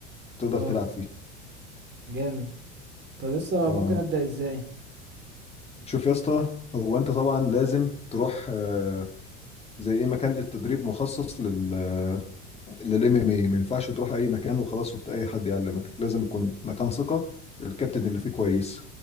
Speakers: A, on the left (about 15°); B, on the right (about 30°).
A: تقدر
B: اه
A: تلعب فيه
B: جامد طب لسه
A: اه
B: ممكن ابدا ازاي
A: شوف يا اسطى هو انت طبعا لازم تروح آه، زي ايه مكان للتدريب مخصص لل للام ام اي ما ينفعش تروح اي مكان وخلاص وت- اي حد يعلمك لازم يكون مكان ثقه الكابتن اللي فيه كويس